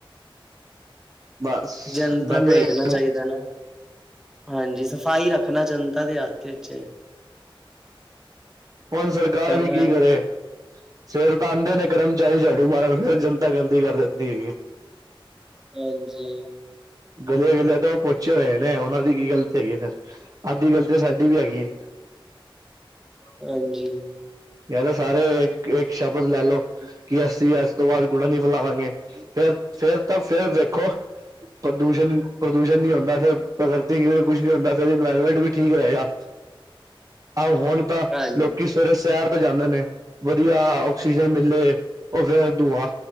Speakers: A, on the right; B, in the centre.
A: ਬਸ
B: ਜੰਤਰ
A: ਮੈਂ ਤਾਂ
B: ਵੇਖਣਾ
A: ਇਹ
B: ਚਾਹੀਦਾ ਨਾ ਹਾਂਜੀ ਸਫ਼ਾਈ ਰੱਖ ਹਨਾ ਜਨਤਾ ਦੇ ਹੱਥ 'ਚ
A: ਹੁਣ ਸਰਕਾਰ
B: ਸਫ਼ਾਈ
A: ਵੀ ਕੀ ਕਰੇ ਸਵੇਰੇ ਤਾਂ ਆਉਂਦੇ ਨੇ ਕਰਮਚਾਰੀ ਝਾੜੂ ਮਾਰਨ ਫਿਰ ਜਨਤਾ ਗੰਦੀ ਕਰ ਦਿੰਦੀ ਹੈਗੀ।
B: ਹਾਂਜੀ
A: ਗਲੀਆਂ- ਗਲੀਆਂ ਤੋਂ ਪਹੁੰਚੇ ਹੋਏ ਨੇ। ਨਹੀਂ ਉਹਨਾਂ ਦੀ ਕੀ ਗ਼ਲਤੀ ਹੈਗੀ ਹੈ ਫਿਰ ਅੱਧੀ ਗ਼ਲਤੀ ਸਾਡੀ ਵੀ ਹੈਗੀ ਹੈ।
B: ਹਾਂਜੀ
A: ਕ ਤਾਂ ਸਾਰੇ ਇੱਕ ਸ਼ਬਦ ਲੈ ਲਓ ਕਿ ਅਸੀਂ ਇਸ ਤੋਂ ਬਾਅਦ ਕੂੜਾ ਨੀ ਫੈਲਾਵਾਂਗੇ ਫੇਰ ਫੇਰ ਤਾਂ ਫਿਰ ਵੇਖੋ। ਪ੍ਰਦੂਸ਼ਣ -ਪ੍ਰਦੂਸ਼ਣ ਨਹੀਂ ਹੁੰਦਾ ਫਿਰ ਪ੍ਰਕਤੀ ਕੁਛ ਨੀ ਹੁੰਦਾ ਫਿਰ ਇਨਵਾਇਰਮੈਂਟ ਵੀ ਠੀਕ ਰਹੇਗਾ। ਆਹ ਹੁਣ ਤਾਂ
B: ਹਾਂਜੀ
A: ਲੋਕੀ ਸਵੇਰੇ ਸੈਰ ਜਾਂਦੇ ਨੇ ਵਧੀਆ ਆਕਸੀਜਨ ਮਿਲੇ ਉਹ ਫੇਰ ਧੂੰਆਂ